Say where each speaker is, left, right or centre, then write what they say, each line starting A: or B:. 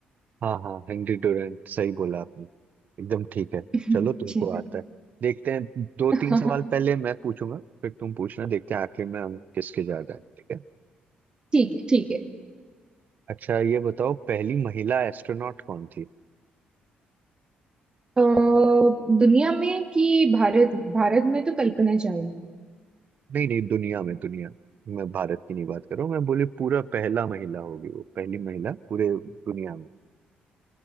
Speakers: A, on the right; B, on the right.
A: हाँ हाँ हेनरी डोरेंट सही बोला आपने एकदम ठीक है
B: अच्छा
A: चलो तुमको
B: है।
A: आता है देखते हैं दो
B: <laughs>
A: तीन सवाल पहले मैं पूछूंगा फिर तुम पूछना देखते हैं आखिर में हम किसके ज्यादा है ठीक है
B: ठीक है ठीक है
A: अच्छा ये बताओ पहली महिला एस्ट्रोनॉट कौन थी
B: अ, दुनिया में कि भारत में भारत में तो कल्पना चावला
A: नहीं नहीं दुनिया में दुनिया में मैं भारत की नहीं बात कर रहा हूँ मैं बोले पूरा पहला महिला होगी वो पहली महिला पूरे दुनिया में